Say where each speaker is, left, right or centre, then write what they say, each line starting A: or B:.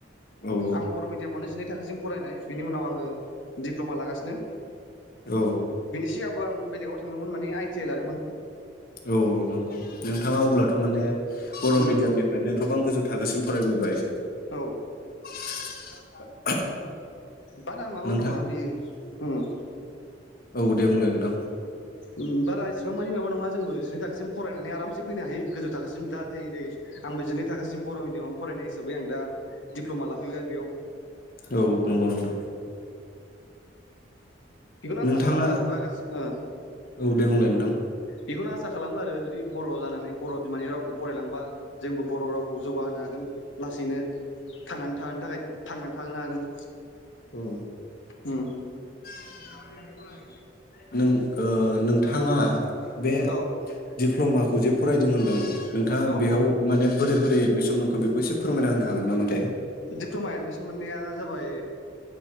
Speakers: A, on the left; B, on the left.
A: औ
B: आङो बर मिडियामावनो जिनै थाखोसिम फरायनाय । बिनि उनाव आङो दिप्लमा लागासिनो
A: औ
B: बेनि सिगांबो आं बेलेगाव थाङोमोन माने आइ टि आइ लादोमोन।
A: औ औ नंगौ नोंथाङा अब्लाथ' माने बर'
B: उम
A: मिडियामनिफ्रायनो गोबां गोजौ थाखोसिम फरायबोबाय
B: औ
A: <inaudible>
B: बारा माबा
A: नोंथां
B: नङा बेयो उम
A: औ दे बुंलाय नोंथां
B: उम बारा इसिबां मानि माबा नङा जोंबो जिनै थाखोसिम फरायनानै आरामसे फैनो हायो गोजौ थाखोसिम दा जे नै आंबो जिनै थाखोसिम बर मिडियामावनो फरायनाय हिसाबै आं दा दिप्लमा लाफैबाय बेयाव।
A: औ नंगौ नोंथां
B: बिखौनो आसा
A: नोंथाङा
B: खालाम आरो बागा ओ
A: औ दे बुंलाय नोंथां ।
B: बेखौनो आसा खालामो आरो जुदि बर जानानै बर बिमानि रावखौ फरायलांबा जोंबो बर रावखौ जौगाहोनो हागोन लासैनो थांनानै थाहोनो थाखाय थांनानै थाहोनो हागोन।
A: औ
B: उम
A: <inaudible> नों ओ नोंथांङा बे
B: औ
A: दिप्लमाखौ जे फरायदों होन्दों नोंथाङा
B: औ
A: बेयाव
B: औ
A: माने बोरै बोरै एडमिसन मोनखौ बेखौ एसे फोरमायना होनो हागोन नामाथाय ।
B: डिप्लमा एडमिसन मोननाया जाबाय